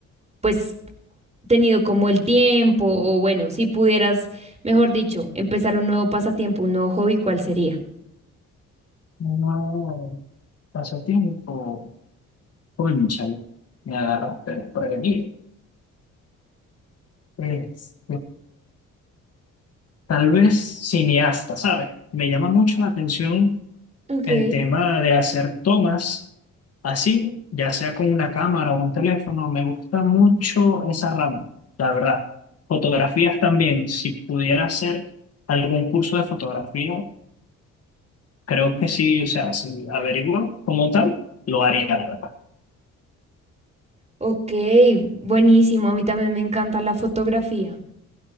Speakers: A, on the right; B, on the left.
A: pues, tenido como el tiempo o bueno, si pudieras, mejor dicho, empezar un nuevo pasatiempo, un nuevo hobby, ¿cuál sería?
B: No, pasatiempo. Cónchale, me agarraste desprevenido. Este, Tal vez cineasta, ¿sabes? Me llama mucho la atención
A: Okay,
B: el tema de hacer tomas así, ya sea con una cámara o un teléfono. Me gusta mucho esa rama, la verdad. Fotografías también. Si pudiera hacer algún curso de fotografía, creo que sí, o sea, si averiguo como tal, lo haría, la verdad.
A: Ok, buenísimo. A mí también me encanta la fotografía.